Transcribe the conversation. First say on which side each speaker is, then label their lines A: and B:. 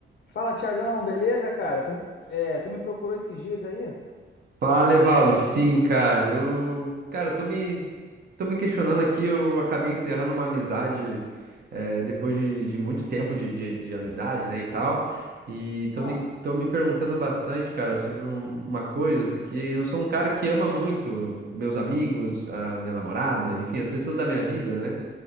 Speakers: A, on the left (about 50°); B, on the right (about 50°).
A: Fala, Tiagão, beleza, cara? Tu, é, tu me procurou esses dias aí?
B: Fala, Evaldo. Sim, cara. Eu, cara, eu tô me, tô me questionando aqui. Eu acabei encerrando uma amizade eh, depois de, de muito tempo de, de, de amizade, né, e tal. E tô
A: Ah,
B: me, tô me perguntando bastante, cara, sobre um- uma coisa, porque eu sou um cara que ama muito meus amigos, a minha namorada, enfim, as pessoas da minha vida, né?